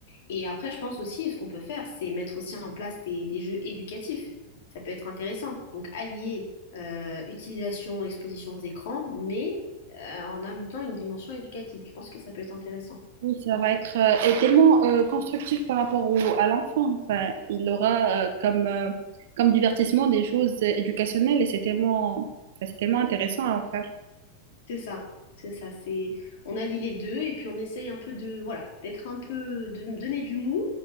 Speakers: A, on the left; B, on the right.
A: Et après, je pense aussi, ce qu'on peut faire, c'est mettre aussi en place des, des jeux éducatifs. Ça peut être intéressant. Donc allier euh, utilisation, exposition aux écrans, mais euh, en ajoutant une dimension éducative. Je pense que ça peut être intéressant.
B: Oui, ça va être euh, et tellement euh, constructif par rapport au, à l'enfant. Enfin, il aura euh, comme, euh, comme divertissement des choses euh, éducationnelles et c'est tellement, enfin, c'est tellement intéressant à faire.
A: C'est ça, c'est ça, c'est on allie les deux et puis on essaye un peu de voilà, d'être un peu de me donner du mou,